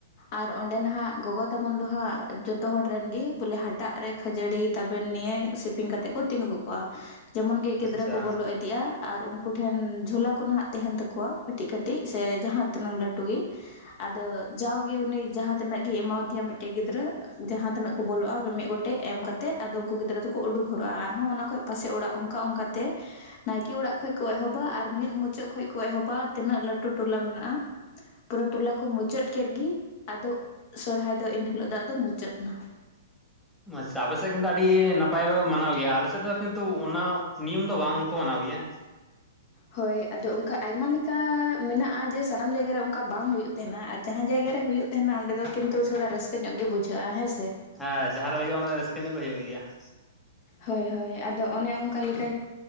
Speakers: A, on the left; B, in the centre.
A: ᱟᱨ ᱚᱸᱰᱮ ᱱᱟᱦᱟᱜ ᱜᱚᱜᱚ ᱛᱟᱵᱚᱱ ᱫᱚ ᱦᱟᱸᱜ ᱡᱚᱛᱚ ᱦᱚᱲ ᱨᱮᱱ ᱜᱤ ᱵᱚᱞᱮ ᱦᱟᱴᱟᱜ ᱨᱮ ᱠᱷᱟᱹᱡᱟᱹᱲᱤ ᱛᱟᱵᱮᱱ ᱱᱤᱭᱟᱹ ᱥᱮᱯᱤᱝ ᱠᱟᱛᱮᱫ ᱠᱚ ᱛᱤᱸᱜᱩ ᱠᱚᱜᱼᱟ᱾ ᱡᱮᱢᱚᱱ ᱜᱮ ᱜᱤᱫᱽᱨᱟᱹ
B: ᱟᱪᱪᱷᱟ
A: ᱠᱚ ᱵᱚᱞᱚ ᱤᱫᱤᱜᱼᱟ ᱟᱨ ᱩᱱᱠᱩ ᱴᱷᱮᱱ ᱡᱷᱚᱞᱟ ᱠᱚ ᱱᱟᱦᱟᱜ ᱛᱟᱦᱮᱱ ᱛᱟᱠᱚᱣᱟ ᱠᱟᱹᱴᱤᱡ ᱠᱟᱹᱴᱤᱡ᱾ ᱥᱮ ᱡᱟᱦᱟᱸ ᱛᱤᱱᱟᱹᱝ ᱞᱟᱹᱴᱩ ᱜᱮ᱾ ᱟᱫᱚ ᱡᱟᱣᱜᱮ ᱩᱱᱤ ᱡᱟᱦᱟᱸᱛᱤᱱᱟᱜ ᱜᱮᱭ ᱮᱢᱟᱣᱫᱤᱭᱟ ᱢᱤᱫᱴᱮᱱ ᱜᱤᱫᱽᱨᱟᱹ ᱡᱟᱦᱟᱸ ᱛᱤᱱᱟᱹᱜ ᱵᱚᱞᱚᱜᱼᱟ ᱢᱤᱢᱤᱫ ᱜᱚᱴᱮᱡ ᱮᱢ ᱠᱟᱛᱮᱫ ᱟᱫᱚ ᱩᱱᱠᱩ ᱜᱤᱫᱽᱨᱟᱹ ᱫᱚᱠᱚ ᱩᱰᱩᱠ ᱦᱚᱨᱚᱜᱼᱟ, ᱟᱨᱦᱚᱸ ᱚᱱᱟ ᱠᱷᱚᱱ ᱯᱟᱥᱮᱡ ᱚᱲᱟᱜ ᱚᱱᱠᱟ ᱚᱱᱠᱟᱛᱮ ᱱᱟᱭᱠᱮ ᱚᱲᱟᱜ ᱠᱷᱚᱡ ᱠᱚ ᱮᱦᱚᱵᱼᱟ, ᱟᱨ ᱢᱤᱫ ᱢᱩᱪᱟᱹᱫ ᱠᱷᱚᱡ ᱠᱚ ᱮᱦᱚᱵᱟ ᱛᱤᱱᱟᱹᱜ ᱞᱟᱹᱴᱩ ᱴᱚᱞᱟ ᱢᱮᱱᱟᱜᱼᱟ᱾ ᱯᱩᱨᱟᱹ ᱴᱚᱞᱟ ᱠᱚ ᱢᱩᱪᱟᱹᱫ ᱠᱮᱫ ᱜᱮ ᱟᱫᱚ ᱥᱚᱨᱦᱟᱭ ᱫᱚ ᱮᱱᱦᱤᱞᱳᱜ ᱫᱚ ᱟᱫᱚ ᱢᱩᱪᱟᱹᱫ ᱮᱱᱟ ᱾
B: ᱟᱪᱪᱷᱟ ᱟᱯᱮᱥᱮᱫ ᱠᱤᱱᱛᱩ ᱟᱹᱰᱤ ᱱᱟᱯᱟᱭ ᱯᱮ ᱢᱟᱱᱟᱣ ᱜᱮᱭᱟ᱾ ᱟᱞᱮ ᱥᱮᱫ ᱫᱚ ᱠᱤᱱᱛᱩ ᱚᱱᱟ ᱱᱤᱭᱚᱢ ᱫᱚ ᱵᱟᱝ ᱠᱚ ᱢᱟᱱᱟᱣ ᱜᱮᱭᱟ ᱾
A: ᱦᱳᱭ ᱟᱫᱚ ᱚᱱᱠᱟ ᱟᱭᱢᱟ ᱞᱮᱠᱟ ᱢᱮᱱᱟᱜᱼᱟ ᱡᱮ ᱥᱟᱱᱟᱢ ᱡᱟᱭᱜᱟ ᱨᱮ ᱚᱱᱠᱟ ᱵᱟᱝ ᱦᱩᱭᱩᱜ ᱛᱟᱦᱮᱱᱟ ᱟᱨ ᱡᱟᱦᱟᱸ ᱡᱟᱭᱜᱟ ᱨᱮ ᱦᱩᱭᱩᱜ ᱛᱟᱦᱮᱱᱟ ᱚᱸᱰᱮ ᱫᱚ ᱠᱤᱱᱛᱩ ᱛᱷᱚᱲᱟ ᱨᱟᱹᱥᱠᱟᱹ ᱧᱚᱜ ᱜᱮ ᱵᱩᱡᱷᱟᱹᱜᱼᱟ ᱦᱮᱸ ᱥᱮ?
B: ᱦᱮᱸ ᱡᱟᱦᱟᱸ ᱨᱮ ᱦᱩᱭᱩᱜᱼᱟ ᱚᱱᱟ ᱫᱚ ᱨᱟᱹᱥᱠᱟᱹ ᱧᱚᱜ ᱜᱮ ᱦᱩᱭᱩᱜ ᱜᱮᱭᱟ ᱾
A: ᱦᱳᱭ ᱦᱳᱭ ᱟᱫᱚ ᱚᱱᱮ ᱚᱱᱠᱟ ᱞᱮᱠᱟ